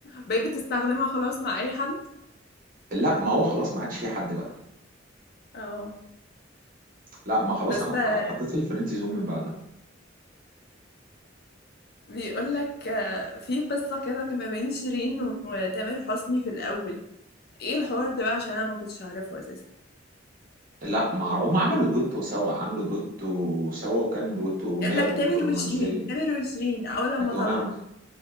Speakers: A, on the left (about 55°); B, on the right (about 50°).
A: بقيت بتستخدمها خلاص مع اي حد
B: لا ما هو خلاص ما عادش في حد بقى
A: اه
B: لا ما خلاص
A: بس
B: انا اتع-
A: آه،
B: اتحددت الفريند زون من بعدها
A: بيقول لك آه، في قصه كده كان ما بين شيرين وتامر حسني في الاول ايه الحوار ده بقى عشان انا ما كنتش اعرفه اساسا
B: لا ما عر- هم عملوا دويتو سوا عملوا دويتو سوا وكان دويتو اغنيه
A: يقول لك
B: رو-
A: تامر
B: رومانسيه
A: وشيرين تامر وشيرين اول لما
B: كانت اغنيه
A: طلعوا
B: رومانسيه